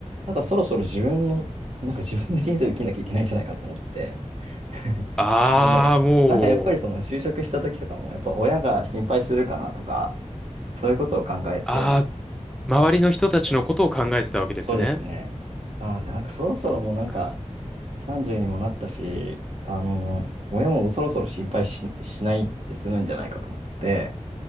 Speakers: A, on the right (about 60°); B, in the centre.
A: なんかそろそろ自分の、なんか自分の人生を生きなきゃいけないんじゃないかと思って、<laughs>
B: ああ、
A: なんだろうな。
B: もう、
A: なんかやっぱりその就職した時とかも、やっぱ親が心配するかなとか、そういうことを考えて、
B: ああ、
A: 就職したので。
B: 周りの人たちのことを考えてたわけですね。
A: そうですね。なので、なんかそろそろもうなんか
B: そっか。
A: 30にもなったし、あの、親もそろそろ心配し、しないで済むんじゃないかと思って、